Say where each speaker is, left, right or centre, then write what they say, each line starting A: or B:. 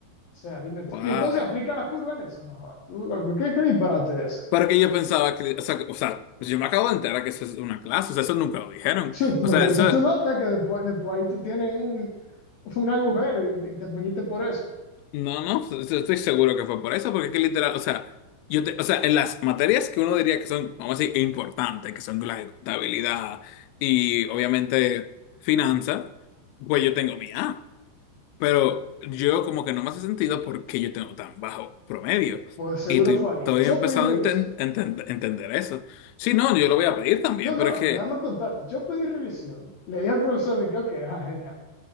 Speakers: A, on the left (about 55°); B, on the left (about 85°).
A: sea, dime tú.
B: Wow.
A: Y entonces aplica la curva en eso. No, jodas, tú, loco, ¿qué, qué disparate es
B: Pero que yo pensaba que, o sea, que- o sea, pues yo me acabo de enterar que eso es una clase, o sea, eso nunca lo dijeron.
A: ese? <laughs>
B: O
A: Pues
B: sea,
A: revisa
B: eso
A: tu nota, que después, después ahí tú tienes un, un agujero y, y te fuñiste por eso.
B: No, no, s- estoy seguro que fue por eso, porque es que literal, o sea, yo te- o sea, en las materias que uno diría que son, vamos a decir, importantes, que son las de contabilidad y obviamente finanzas, pues yo tengo mi A, pero yo como que no me hace sentido porque yo tengo tan bajo promedio
A: Pues seguro
B: y estoy,
A: fue ahí.
B: todavía
A: Yo
B: he empezado
A: pedí revisión.
B: a enten- enten- entender eso. Sí, no, yo lo voy a pedir también,
A: No, no,
B: pero es que
A: déjame contarte. Yo pedí revisión. Le dije al profesor, dije, ok, ajá, genial.